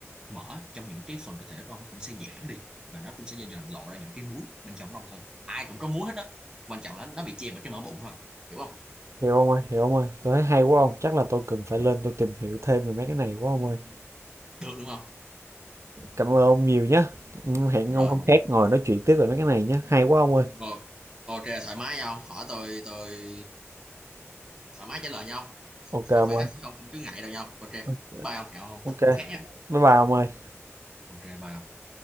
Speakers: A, on the right (about 15°); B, on the right (about 70°).
A: mỡ trong những cái phần cơ thể con cũng sẽ giảm đi và nó cũng sẽ dần lộ ra những cái muối bên trong ông thôi ai cũng có muối hết á quan trọng là nó bị che bởi cái mỡ bụng thôi hiểu không
B: hiểu ông ơi, hiểu ông ơi. Tôi thấy hay quá ông, chắc là tôi cần phải lên tôi tìm hiểu thêm về mấy cái này quá ông ơi.
A: được đúng không
B: Cảm ơn ông nhiều nhé. Hẹn
A: rồi
B: ông hôm khác ngồi nói chuyện tiếp về mấy cái này nhé. Hay quá ông ơi.
A: rồi ok thoải mái nhau hỏi tôi tôi thoải mái trả lời nhau
B: Ok
A: không
B: ông
A: phải
B: ơi.
A: khác không, không cứ ngại đâu nhau ok bye
B: Ừ,
A: bye ông hẹo
B: Ok.
A: không không khác nhé
B: Bye bye ông ơi.
A: ok bye ông